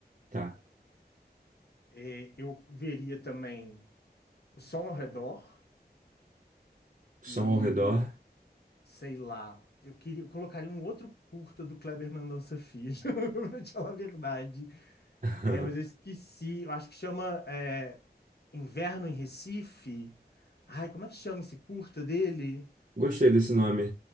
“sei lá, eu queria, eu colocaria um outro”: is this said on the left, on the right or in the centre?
Left